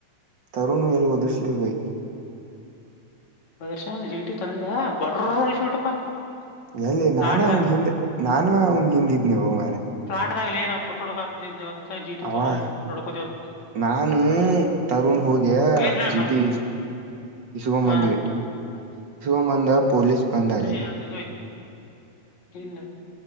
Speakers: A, on the right (about 40°); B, on the left (about 65°).
A: ತರುಣ್ ಏನ್ ಹೊದರ್ಶೀಲ್ ಬೈ
B: ಅದರ್ಶ ಜೀಟಿ ತಂದ ಬಡ್ರ ಹೋದ್ರಿಸಿ ಬಿಟ್ಟಪ್ಪ ಅಲ್ಲಿ <unintelligible>
A: ಎಲ್ಲಿ ನಾನ
B: ಲಾಟ
A: ಅವನ್ ಹಿಂದ ನಾನು ಅವನ್ ಹಿಂದಿದ್ನಿ ಹೋಗ
B: ಪ್ಲಾಟ್ದ ಲೆ ನಾವು ಫೋಟೋ ಹೊಡ್ಕೋ ಮತೆಗೆ ಜೀಟಿ
A: ಅವಾಗ
B: ತೊ ಬಂದುಹೊಡ್ಕೊಂಡ್ ಇವೆಲ್ಲ <unintelligible>
A: ನಾನು ತರುಣ್ ಹೋಗ್ಯ
B: ಇರ್ಲಿ
A: ಜಿಟಿ
B: ಬರುತ್ತೆ
A: ಇಸುಕ
B: ಹಾ
A: ಬಂದಿವೆ ಇಸುಗ ಬಂದ ಪೊಲೀಸ್ ಬಂದ
B: ಸರಿಯ
A: ಅಲ್ಲಿ
B: ಅದು <unintelligible> ಇಲ್ಲ